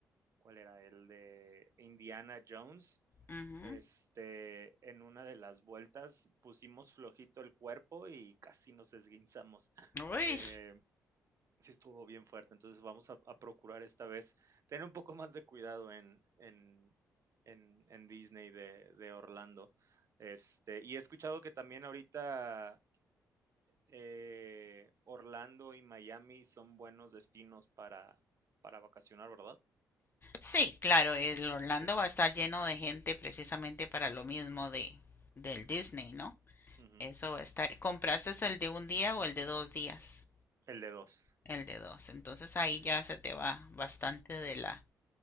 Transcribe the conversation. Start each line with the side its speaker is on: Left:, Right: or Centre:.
Right: ¿cuál era? El de Indiana Jones.
Left: ujú.
Right: Este, en una de las vueltas pusimos flojito el cuerpo y casi nos esguinzamos.
Left: Uy.
Right: Eh, sí estuvo bien fuerte, entonces vamos a, a, procurar esta vez tener un poco más de cuidado en, en, en, en Disney de, de, Orlando. Este, y he escuchado que también ahorita eh, Orlando y Miami son buenos destinos para, para vacacionar, ¿verdad?
Left: Sí, claro, el Orlando
Right: Sí.
Left: va a estar lleno de gente precisamente para lo mismo de del Disney, ¿no?
Right: Ujú.
Left: Eso va a estar. ¿Compraste el de un día o el de dos días?
Right: El de dos.
Left: El de dos. Entonces ahí ya se te va bastante de la,